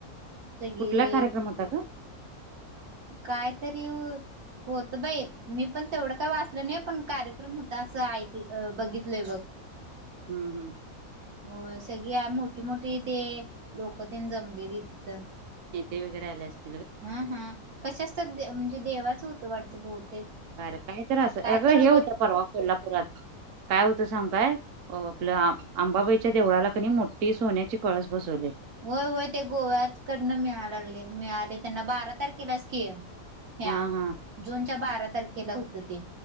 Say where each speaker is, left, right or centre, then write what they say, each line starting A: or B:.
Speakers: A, on the right; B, on the right.
A: सगळे
B: कुठला कार्यक्रम होता ग
A: कायतरी होत बाई मी पण तेवढं काय वाचल नाही. पण कार्यक्रम होता असं ऐक बघितलयं बघ.
B: हम्म हम्म!
A: हो सगळी मोठी मोठी ते लोक तेन जमलेली तिथं.
B: नेते वगैरे आले असततील.
A: हा हा कशाचत म्हणजे, देवाचं होतं वाटत बहुतेक.
B: कार्यक्रम काहीतरी असलं,
A: काय
B: अग
A: तर
B: हे होतं परवा कोल्हापुरात काय होतं सांगु काय? आपलं आंबाबाईच्या देवळाला कनी मोठी सोन्याची कळस बसवले.
A: होय होय, ते गोव्याकडनं मिळा लागले मिळालें, त्यांना बारा तारखेलाच की ह्या
B: हा हा
A: जूनच्या बारा तारखेला होतं ते.